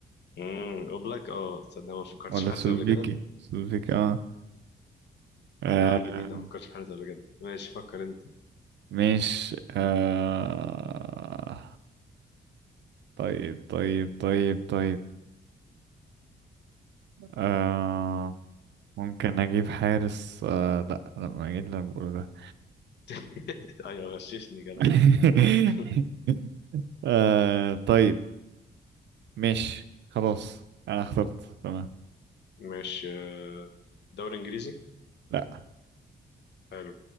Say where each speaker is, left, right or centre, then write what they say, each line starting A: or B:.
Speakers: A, on the left (about 75°); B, on the right (about 80°).
A: امم اوبلاك اه تصدق ما فكرتش
B: ولا
A: في حارس
B: سلوفيكي
A: قبل كده
B: سلوفيكي اه آه،
A: لا جديده ما فكرتش في حارس قبل كده ماشي فكر انت
B: مش آه طيب طيب طيب طيب آه ممكن اجيب حارس آه لا لا ما اجيب اللي أنا بقوله ده
A: <laughs> ايوه غششني كده
B: <laughs>
A: <laughs>
B: آه طيب ماشي خلاص انا اخترت تمام
A: ماشي آه، دوري انجليزي
B: لا
A: حلو